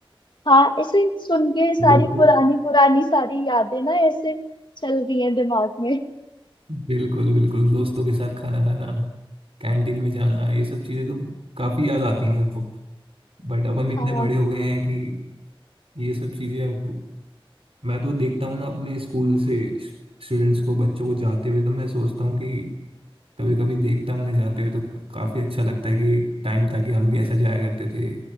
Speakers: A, on the left (about 55°); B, on the right (about 85°).
A: हाँ ऐसे सुन के सारी
B: दोस्त
A: पुरानी पुरानी सारी यादें ना ऐसे चल रही हैं दिमाग में
B: बिल्कुल बिल्कुल दोस्तों के साथ खाना खाना कैंटीन में जाना ये सब चीज़ें तो काफ़ी याद आती हैं मेरे को बट अब हम इतने
A: हाँ
B: बड़े हो गए हैं कि ये सब चीज़ें अब मैं तो देखता हूँ ना अपने स्कूल से स्टूडेंट्स को बच्चों को जाते हुए तो मैं सोचता हूँ कि कभी कभी देखता हूँ उन्हें जाते हुए तो काफ़ी अच्छा लगता है कि टाइम था कि हम भी ऐसा जाया करते थे